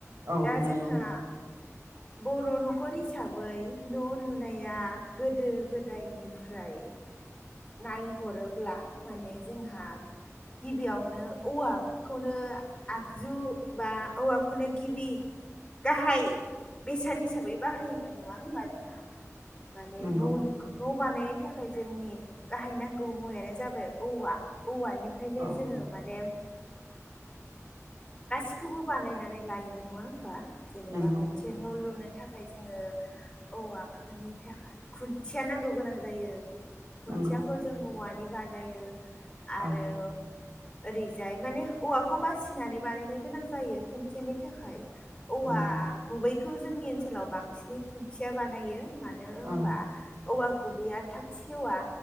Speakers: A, on the right; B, on the left.
A: औ
B: दा
A: नंगौ
B: जोंहा बर' न'खर हिसाबै न' लुनाया गोदो गोदायनिफ्राय नायहरोब्ला माने जोंहा गिबियावनो औवा खौनो आगजु बा औवाखौनो गिबि गाहाय बेसाद हिसाबै बाहायोमोन नङा होमबा जोंहा माने
A: नंगौ
B: न' न' बानायनो थाखाय जोंनि गाहाय नांगौ मुवायानो जाबाय औवा औवानिफ्रायनो
A: औ
B: जोङो माने गासिखौबो बानायनानै लायोमोन नङा होमबा जेनेबा
A: नंगौ
B: मोनसे न' लुनो थाखाय जोङो औवा खोनि थाखाय खुन्थिया नांगौ गोनां जायो। खुन्थियाखौ
A: नंगौ
B: जों औवानि बानायो आरो
A: औ
B: ओरैजाय माने औवाखौ बासिनानै बानायनो गोनां जायो खुन्थियानि थाखाय औवा
A: नंगौ
B: गुबैखौ जोंनि ओनसोलाव बांसिनै खुन्थिया बानायो मानो होनबा
A: औ
B: औवा गुबैया थाब सेवा